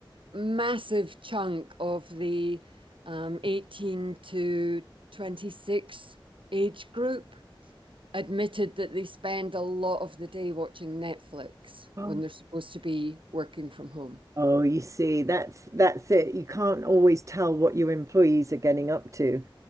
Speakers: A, on the right (about 70°); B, on the right (about 35°).
A: massive chunk of the um, 18 to 26 age group admitted that they spend a lot of the day watching Netflix
B: Oh.
A: when they're supposed to be working from home.
B: Oh, you see, that's that's it. You can't always tell what your employees are getting up to.